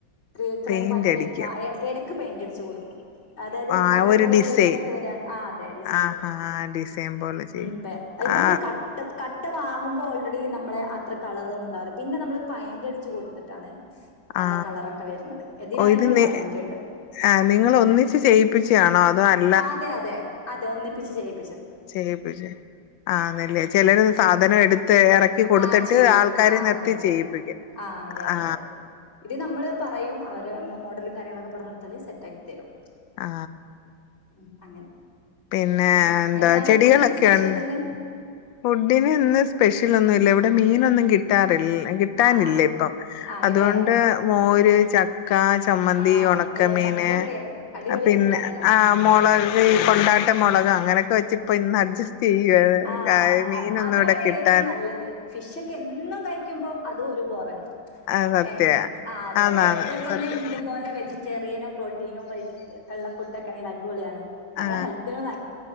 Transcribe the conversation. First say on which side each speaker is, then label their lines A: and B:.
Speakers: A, on the left; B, on the left.
A: ഗ്രേ കളർ
B: പെയിന്റ്
A: പയിന്റ്
B: അടിക്കും
A: അടിക്കോ, ഇടക്ക് പെയിന്റ് അടിച്ചു കൊടുക്കും അതായത്
B: ആ
A: നല്ല
B: ഒരു
A: പോലെ
B: ഡിസൈൻ
A: പൂപ്പലൊക്കെ വരാണ്, ആ അതെ ഡിസൈൻ
B: ആഹാ
A: പോലെ
B: ഡിസൈൻ പോലെ ചെയ്യും
A: ഉ അത്
B: ആ
A: നമ്മള് കട്ട കട്ട വാങ്ങും ഇപ്പോ ഓൾറെഡി നമ്മളെ അത്ര കളർ ഒന്നും ഉണ്ടാവില്ല പിന്നെ നമ്മള് പൈന്റ് അടിച്ച് കൊടുത്തിട്ടാണ് നല്ല
B: ആ,
A: കളറൊക്കെ വരുന്നത് ഇതിനായിട്ടൊരു
B: ഓ ഇത് നി,
A: പെയിന്റ് ഉണ്ട്
B: ആ നിങ്ങൾ ഒന്നിച്ച് ചെയ്യിപ്പിച്ചാണോ അതോ അല
A: അതെ അതെ അതെ ഒന്നിപ്പിച്ച് ചെയ്യി
B: ചെയ്യിപ്പിച്ച്, ആന്നല്ലേ ചിലര് സാധനം എടുത്ത് ഇറക്കി കൊടുത്തിട്ട്
A: ആ ചെയ്യും
B: ആൾക്കാരെ
A: ആ
B: നിർത്തി
A: അതെ അതെ
B: ചെയ്യിപ്പിക്കും.
A: അതെ ആ അതെ അതെ
B: ആ
A: അതെ ഇത് നമ്മള് പറയും അവര് നമ്മള് മോഡലും കാര്യങ്ങളൊക്കെ പറഞ് കൊടുത്താല് സെറ്റാക്കി തരും.
B: ആ
A: ഉം അങ്ങനെ
B: പിന്നെ
A: പിൻ
B: എന്താ
A: എന്താണ്
B: ചെടികളൊക്കെ
A: ഫുഡിന് സ്പെഷ്യലിന്ന്
B: ഒണ്ട് ഫുഡിന് ഇന്ന് സ്പെഷ്യൽ ഒന്നും ഇല്ല ഇവിടെ മീനൊന്നും കിട്ടാറിൽ കിട്ടാനില്ല
A: ആഹ്
B: ഇപ്പം,
A: ആണ്ല്ലേ
B: അതുകൊണ്ട് മോര്
A: ആഹ്
B: ചക്ക, ചമ്മന്തി,
A: ആഹ്
B: ഉണക്കമീന്
A: ഓ ചക്കക്കെ അടിപൊളി
B: പിന്നെ
A: ഫുഡാണല്ലോ
B: ആ മുളക് കൊണ്ടാട്ടം മുളക് അങ്ങനെയൊക്കെ വെച്ച് ഇന്ന അഡ്ജ ചെയ്യുവ <unintelligible>
A: ആ,
B: മീനൊന്നും
A: അതാണ്
B: ഇവിടെ കിട്ടാൻ
A: ഏറ്റവും നല്ലത് ഫിഷൊക്കെ എന്നും കഴിക്കുമ്പോ അത് ഒരു ബോറടിക്കും
B: അത് സത്യവാ
A: ഏ, ആ അതെ
B: ആന്നാന്ന്
A: ഇടക്കൊക്കെ
B: സത്യം
A: ഒന്ന് ഇതുപോലെ വെജിറ്റേറിയനും പ്രോട്ടീനും, വൈറ്റമിനും ഒക്കെള്ള ഫുഡ് ഒക്കെ ആണെ അടിപൊളിയാണ്.
B: ആ,
A: നമ്മളെ ഹെൽത്തിനും